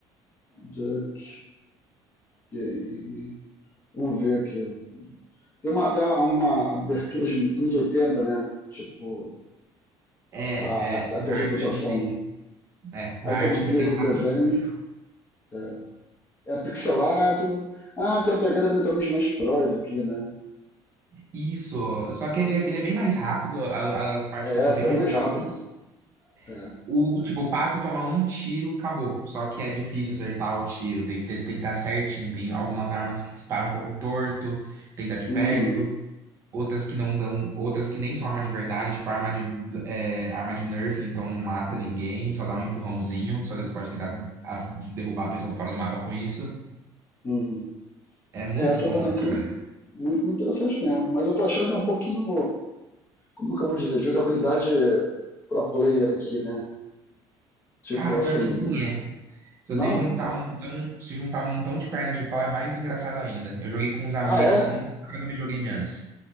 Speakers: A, on the left (about 25°); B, on the right (about 30°).
A: Duck Game. Vamos ver aqui. Tem uma, tem uma abertura de anos 80, né? Tipo,
B: É,
A: a, a
B: é. Marte
A: tela de apresentação.
B: não tem.
A: né?
B: É, Marte
A: Aí tem um trailer
B: não tem
A: com
B: nada
A: desenho.
B: do. Isso.
A: É, é pixelado. Ah, tem a pegada meio também de Smash Bros aqui, né?
B: Isso. Só que ele é, ele é bem mais rápido. a- As partidas
A: É,
B: são bem
A: bem
B: mais
A: mais
B: rápidas.
A: rápido. É.
B: O, tipo, o pato toma um tiro, acabou. Só que é difícil acertar o tiro. Tem que ter, tem que estar certinho. Tem algumas armas que disparam um pouco torto. Tem que estar de
A: Uhum,
B: perto. Outras que não dão, outras que nem são arma de verdade, tipo arma de, é, arma de Nerf, então não mata ninguém, só dá um empurrãozinho, só daí você pode tentar as- de derrubar a pessoa pra fora do mapa com isso.
A: uhum.
B: É muito
A: É, eu tô
B: bom,
A: vendo aqui,
B: cara.
A: muito, muito interessante mesmo. Mas eu tô achando que é um pouquinho, como que eu vou dizer, jogabilidade pro player aqui, né? Tipo
B: Cara, pior
A: assim,
B: que nem é. Se
A: não?
B: você juntar um montão, se juntar um montão de perna de pau é mais engraçado ainda. Eu joguei com uns amigos
A: Ah, é?
B: que nunca jogaram videogame antes.